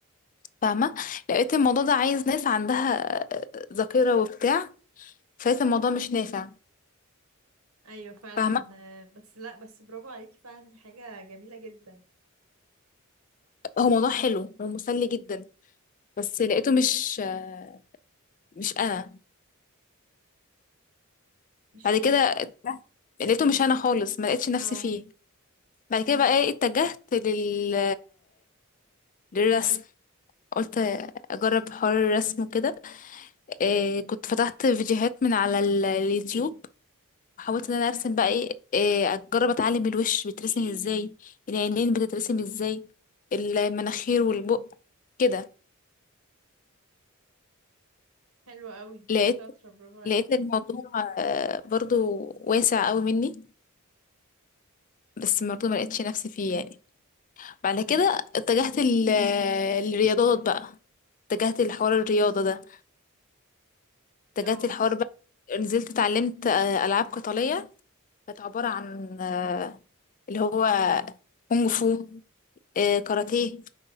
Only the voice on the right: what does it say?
ايوه فعلا
آه، بس لا بس برافو عليكي فعلا دي حاجه جميله جدا
مش
ايه
اه
حلوه قوي
شاطره برافو عليكي
اه